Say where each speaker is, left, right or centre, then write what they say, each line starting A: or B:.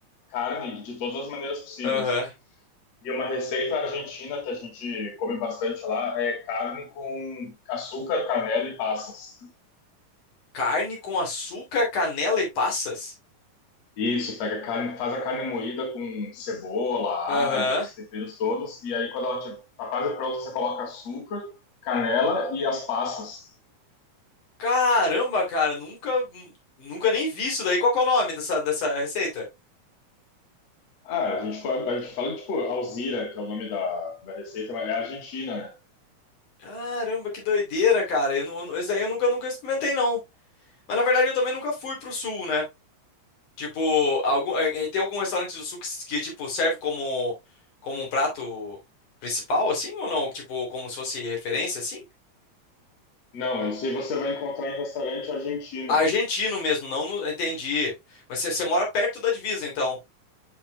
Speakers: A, on the left (about 55°); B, on the left (about 85°).
A: carne de todas as maneiras possíveis.
B: aham,
A: E uma receita argentina que a gente come bastante lá é carne com açúcar, canela e passas.
B: carne com açúcar, canela e passas,
A: Isso, pega a carne, faz a carne moída com cebola, alho,
B: aham,
A: os temperos todos, e aí quando ela tipo, tá quase pronta, você coloca açúcar, canela e as passas.
B: Caramba, cara, nunca, nunca nem vi isso daí, qual que é o nome dessa, dessa receita?
A: Ah, a gente fala, a gente fala tipo Alzira, que é o nome da, da receita, mas é argentina, né?
B: Caramba, que doideira, cara. Eu, não- isso aí eu nunca, nunca experimentei, não. Mas na verdade eu também nunca fui pro sul, né? Tipo, algum, eh, eh, tem algum restaurante do sul que, s- que, tipo, serve como, como um prato principal, assim, ou não? Tipo, como se fosse referência, assim?
A: Não, isso aí você vai encontrar em restaurante argentino.
B: Argentino mesmo, não no- entendi. Mas você, você mora perto da divisa, então.